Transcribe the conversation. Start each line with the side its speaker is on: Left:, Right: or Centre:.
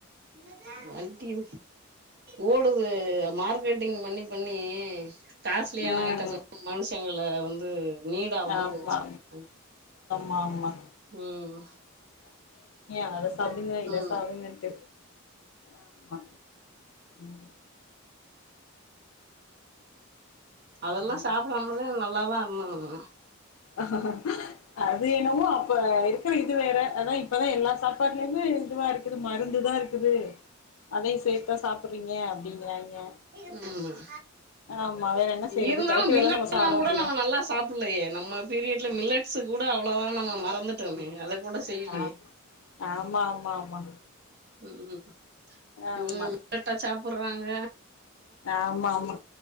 Right: என்னது வண்டியோ ஓடுது மார்க்கெட்டிங் பண்ணி பண்ணி காஸ்லியான
Left: ம்
Right: ஐட்டம் மனுஷங்களை வந்து நீடா வாங்க
Left: ஆமா
Right: வச்சுட்டு
Left: ஆமா
Right: இருகாங்க
Left: ஆமா
Right: ம்
Left: அ சாப்டுங்க இத
Right: ம்
Left: சாப்டுங்கன்டு ஆமா ம்
Right: அதெல்லா
Left: ம்
Right: சாப்டாமதா நல்லாதா இருந்தோம் நம்ம
Left: ஆஹ ஆ அது என்னமோ அப்ப இருக்க இது வேற அதா இப்பதான் எல்லா சாப்பாடுலயுமே இதுவா இருக்குது மருந்துதான் இருக்குது அதையு சேத்துதா சாப்புடுறீங்க அப்டி கிறாயிங்க
Right: ஆமா
Left: ஆமா வேற என்ன செய்யறது
Right: இருந்தாலு
Left: கெடைக்கிறதான
Right: மில்லட்
Left: நம்ம
Right: எல்லா
Left: சாப்ட
Right: கூட
Left: முடியும்
Right: நம்ம நல்லா சாப்டலையே நம்ம பீரியட்ல மிலட் சு கூட அவ்ளவா நம்ம மறந்துட்டோமே அத கூட செய்யலையே
Left: ஆ ஆமா மா மா
Right: ம்
Left: ஆமா
Right: இவுங்க முகட்ட சாப்புடுறாங்க
Left: ஆமா ஆமா